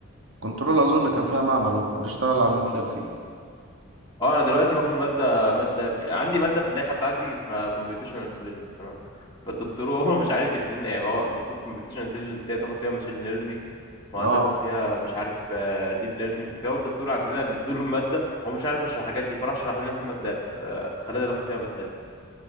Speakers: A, on the right (about 65°); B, on the left (about 20°).
A: كنترول اظن كان فيها معمل اهو بنشتغل على الماتلاب فيه
B: اه انا دلوقتي باخد ماده ماتلاب عندي ماده في اللائحه بتاعتي اسمها كومبيتيشنال انتليجنس تمام فالدكتور هو <laughs> مش عارف يدينا يعني ما هو المفروض كومبيتيشنال انتليجنس دي هتاخد فيها ماشين ليرنينج وهتاخد
A: اه
B: فيها مش عارف ديب ليرنينج وكده والدكتور عندنا اللي ادوله الماده هو مش عارف يشرح الحاجات دي فراح شرح لنا في ماتلاب آه خلانا ناخد فيها ماتلاب